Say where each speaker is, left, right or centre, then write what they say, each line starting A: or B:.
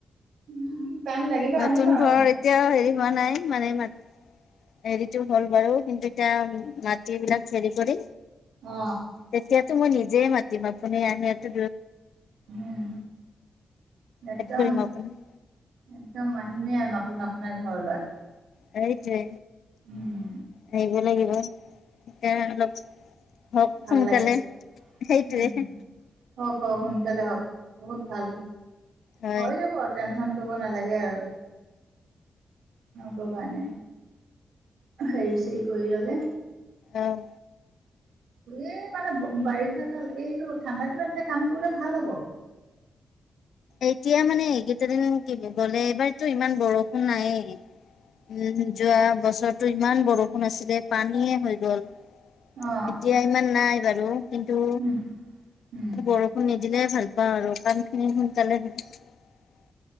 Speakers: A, on the right; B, on the left.
A: উম টাইম লাগিলেও
B: নতুন
A: আহিম আৰু
B: ঘৰৰ এতিয়াও হেৰি হোৱা নাই মানে মাত হেৰিটো হ'ল বাৰু, কিন্তু এতিয়া <unintelligible> বিলাক হেৰি কৰি
A: অ
B: তেতিয়া টো মই নিজে মাতিম আপুনি মই ইনভাইট
A: উম একদম
B: কৰিম আপোনাক
A: একদম আহিমেই আৰু নতুন আপোনাৰ ঘৰ লোৱাত
B: সেইটোয়ে
A: উম
B: আহিব লাগিব এতিয়া আৰু অলপ হক
A: ভাল
B: সোনকালে,
A: লাগে
B: সেইটোৱে
A: উম। হওক, হওক, সোনকালে হওক, বহুত ভাল
B: হয়
A: হৈ যাব টেনচন কৰিব নালাগে আৰু <unintelligible> কাৰণে, হেৰি-চৰি কৰি ললে
B: আহ
A: এই মানে বাৰিষা কাল, এইটো ঠাণ্ডা দিনত এতিয়া কাম কৰিলে ভাল হ'ব
B: এতিয়া মানে এইকেইটা দিন কি বুলি গ'লে এইবাৰতো ইমান বৰষুণ নাইয়ে উম যোৱা বছৰ বছৰটো ইমান বৰষুণ আছিলে পানীয়ে হৈ গল,
A: অ
B: এতিয়া ইমান নাই জানো। কিন্তু
A: উম উম
B: বৰষুণ নিদিলে ভাল পাওঁ আৰু কাম খিনি <unintelligible>